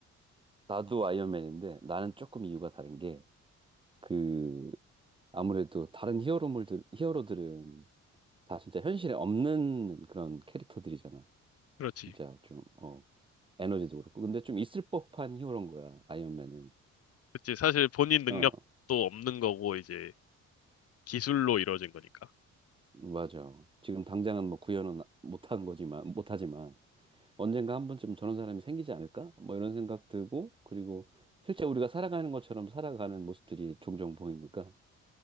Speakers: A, on the right; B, on the left.
A: 나도 아이언맨인데, 나는 조금 이유가 다른 게, 그 아무래도 다른 히어로물들, 히어로들은 다 진짜 현실에 없는 그런 캐릭터들이잖아.
B: 그렇지.
A: 진짜 좀, 어, 에너지도 그렇고. 근데 좀 있을 법한 히어로인 거야, 아이언맨은.
B: 그렇지. 사실 본인 능력도
A: 어,
B: 없는 거고 이제 기술로 이루어진 거니까.
A: 맞아. 지금 당장은 뭐 구현은 못한 거지만, 못하지만, 언젠가 한 번쯤 저런 사람이 생기지 않을까? 뭐 이런 생각 들고, 그리고 실제 우리가 살아가는 것처럼 살아가는 모습들이 종종 보이니까,